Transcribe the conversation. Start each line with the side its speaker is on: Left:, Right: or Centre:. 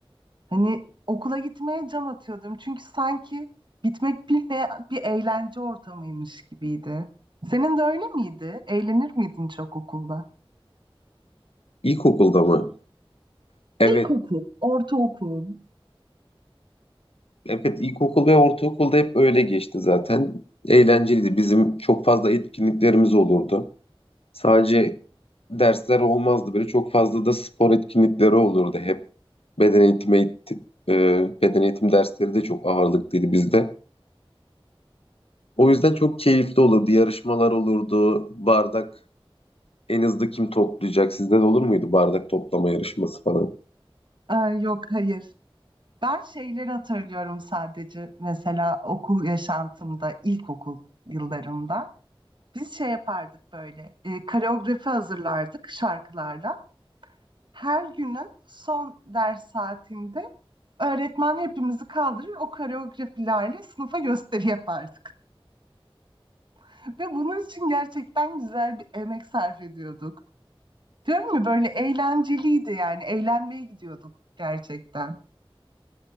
Right: Hani okula gitmeye can atıyordum. Çünkü sanki bitmek bilmeyen bir eğlence ortamıymış gibiydi. Senin de öyle miydi? Eğlenir miydin çok okulda?
Left: İlkokulda mı? Evet.
Right: İlkokul, ortaokul.
Left: Evet, ilkokul ve ortaokulda hep öyle geçti zaten. Eğlenceliydi. Bizim çok fazla etkinliklerimiz olurdu. Sadece dersler olmazdı. Böyle çok fazla da spor etkinlikleri olurdu hep. Beden eğitimi, eğit- e, beden eğitim dersleri de çok ağırlıklıydı bizde. O yüzden çok keyifli olurdu. Yarışmalar olurdu. Bardak en hızlı kim toplayacak? Sizde de olur muydu bardak toplama yarışması falan?
Right: Aa, yok hayır. Ben şeyleri hatırlıyorum sadece mesela okul yaşantımda, ilkokul yıllarımda. Biz şey yapardık böyle, e, koreografi hazırlardık şarkılarla. Her günün son ders saatinde öğretmen hepimizi kaldırır, o koreografilerle sınıfa gösteri yapardık. <laughs> Ve bunun için gerçekten güzel bir emek sarf ediyorduk. Diyorum ya böyle eğlenceliydi yani, eğlenmeye gidiyorduk gerçekten.